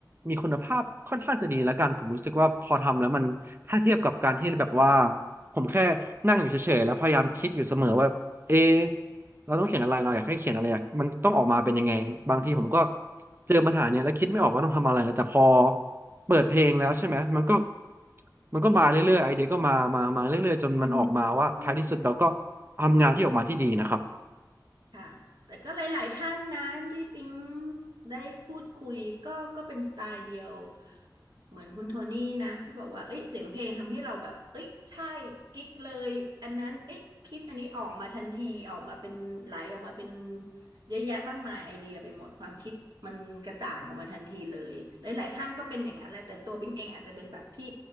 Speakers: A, on the right (about 30°); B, on the right (about 80°).
A: มีคุณภาพค่อนข้างจะดีแล้วกันผมรู้สึกว่าพอทำแล้วมันถ้าเทียบกับการที่แบบว่าผมแค่นั่งอยู่เฉยๆแล้วพยายามคิดอยู่เสมอว่าเอะเราต้องเขียนอะไรเราอยากให้เขียนอะไรอยากมันต้องออกมาเป็นยังไงบางทีผมก็เจอปัญหาเนี่ยแล้วคิดไม่ออกว่าต้องทำอะไรแต่พอเปิดเพลงแล้วใช่ไหมมันก็มันก็มาเรื่อยๆไอเดียก็มามามาเรื่อยๆจนมันออกมาว่าท้ายที่สุดเราก็
B: อืม
A: ทำงานที่ออกมาที่ดีนะครับ
B: ค่ะแต่ก็หลายๆท่านนะที่ปิ๊งได้พูดคุยก็ก็เป็นสไตล์เดียวเหมือนคุณโทนี่นะที่บอกว่าเอ้ยเสียงเพลงทำให้เราแบบเอ้ยใช่กิ๊กเลยอันนั้นเอ้ยคิดอันนี้ออกมาทันทีออกมาเป็นไหลออกมาเป็นเยอะแยะมากมายไอเดียไปหมดความคิดมันกระจ่างออกมาทันทีเลยหลายๆท่านก็เป็นอย่างนั้นแหละแต่ตัวปิ๊งเองอาจจะเป็นแบบที่